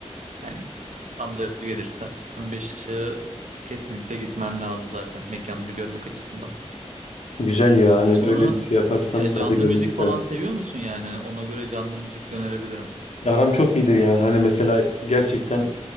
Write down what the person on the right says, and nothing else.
Yani İstanbul'a gelirsen Beşiktaş'a kesinlikle gitmen lazım zaten mekanları görmek açısından.
Sonra
ya canlı
müzik
falan seviyor musun yani? Ona göre canlı müzik de önerebilirim.